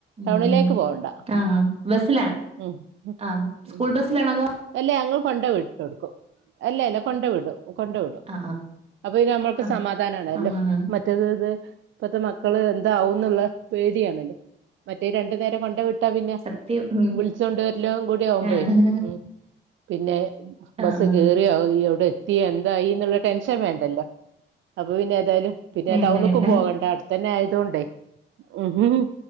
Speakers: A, on the right; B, on the right.
A: ഉം
B: ടൗണിലേക്ക് പോവണ്ട
A: ആഹ് ബസ്സിലാണ്
B: ഉം
A: ആഹ്
B: ഉം
A: സ്കൂൾ ബസ്സിലാണോ അതോ
B: അല്ല ഞങ്ങൾ കൊണ്ടേ വിട്ട് കൊടുക്കും അല്ലല്ല കൊണ്ടേ വിടും കൊണ്ടെ വിടും
A: ആഹ് ആഹ്
B: അപ്പൊ ഇത് നമ്മൾക്ക്
A: ആഹ്
B: സമാധാനാണല്ലോ
A: ആഹ് ആഹ്
B: മ മറ്റത് ഇത് ഇപ്പത്തെ മക്കള് എന്താവന്നുള്ള പേടിയണല്ലേ മറ്റേ രണ്ടു നേരം കൊണ്ടെ വി ട്ട പിന്നെ
A: സത്യം ഉം
B: വിളിച്ച് കൊണ്ട് വരലും കൂടി ആവുമ്പഴ്
A: ആഹ്
B: ഉം പിന്നെ ബസ്
A: ആഹ് ആഹ്
B: കേറിയോ അയോ അവിടെ എത്തിയൊ എന്തായി എന്നുള്ള ടെൻഷൻ വേണ്ടല്ലോ അപ്പൊ പിന്നെഎതായാലും പിന്നെ
A: വേണ്ട
B: ടൗണ്ക്കും
A: വേണ്ട
B: പോകണ്ട തന്നെ ആയതൊണ്ടേ ഉം